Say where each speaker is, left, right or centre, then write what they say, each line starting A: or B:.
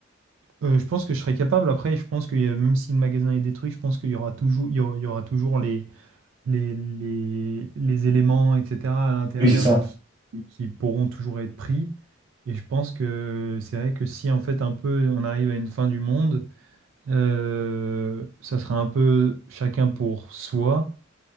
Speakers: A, on the right; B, on the right.
A: Euh, je pense que je serai capable. Après, je pense que même si le magasin est détruit, je pense qu'il y aura toujours, il y aura, il y aura toujours les, les, les, les éléments, etc., à l'intérieur
B: Oui, c'est ça.
A: qui, qui pourront toujours être pris. Et je pense que c'est vrai que si en fait un peu on arrive à une fin du monde, euh, ça sera un peu chacun pour soi.